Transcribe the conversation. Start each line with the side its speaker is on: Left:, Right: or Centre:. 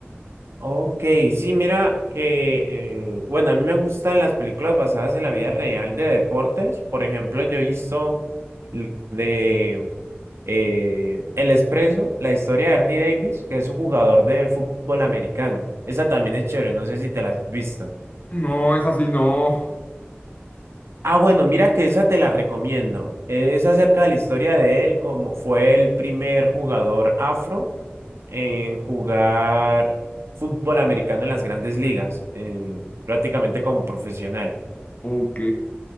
Right: Ok, sí, mira que, eh, bueno, a mí me gustan las películas basadas en la vida real de deportes. Por ejemplo, yo he visto l- de eh, El Expreso, la historia de Ernie Davis, que es un jugador de fútbol americano. Esa también es chévere, no sé si te la has visto.
Left: No, es así, no.
Right: Ah, bueno, mira que esa te la recomiendo. Es acerca de la historia de él, como fue el primer jugador afro en jugar fútbol americano en las grandes ligas, en- prácticamente como profesional.
Left: Ok.